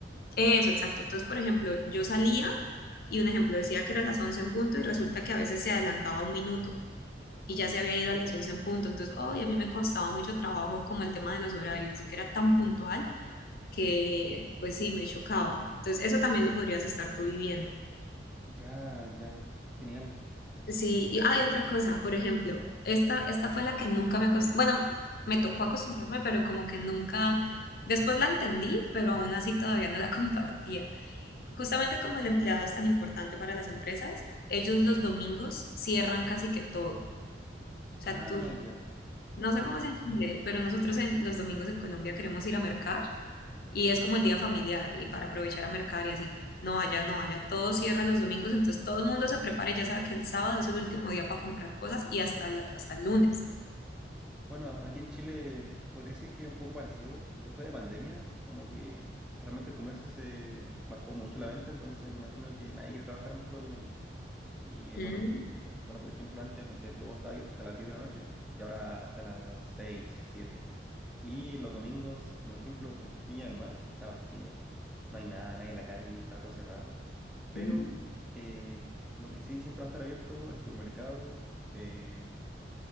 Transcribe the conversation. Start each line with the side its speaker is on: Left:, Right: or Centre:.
Left: Eso, exacto. Entonces, por ejemplo, yo salía y un ejemplo decía que era las 11 en punto y resulta que a veces se adelantaba un minuto y ya se
Centre: Ya,
Left: había ido a las 11 en punto. Entonces, hoy a mí me costaba mucho trabajo como el tema de los horarios, de que era tan puntual que pues sí, me chocaba. Entonces, eso también lo podrías estar tú viviendo.
Centre: ya, ya. Genial.
Left: Sí,
Centre: Eh,
Left: y hay otra cosa, por ejemplo, esta, esta fue la que nunca me acostumbré, bueno, me tocó acostumbrarme, pero como que nunca, después la entendí, pero aún así todavía no la <laughs> compartía. Justamente como el empleado es tan importante para las empresas, ellos los domingos cierran casi que todo. O
Centre: ah,
Left: sea, tú,
Centre: ya, ya
Left: no
Centre: entiendo.
Left: sé cómo es en Chile, pero nosotros en, los domingos en Colombia queremos ir a mercar y es como el día familiar y para aprovechar a mercar y así. No, allá no, allá todo cierra los domingos, entonces todo el mundo se prepara y ya sabe que el sábado es el último día para comprar cosas y hasta el, hasta el lunes.
Centre: Bueno, a- aquí en Chile podría decir que es un poco parecido. Después de pandemia, como que realmente el comercio se bajó mucho la venta, entonces me imagino que nadie quiere trabajar mucho los domingos. Y
Left: Mm,
Centre: bueno, bueno, por ejemplo, antes, no sé, todo estaba abierto hasta las 10 de la noche y ahora hasta las seis siete Y los domingos, por ejemplo, por ej- Viña del Mar está vacío. No hay nada, nadie en la calle, está todo cerrado. Pero
Left: mm,
Centre: eh, lo que sí siempre va a estar abierto, el supermercado, eh,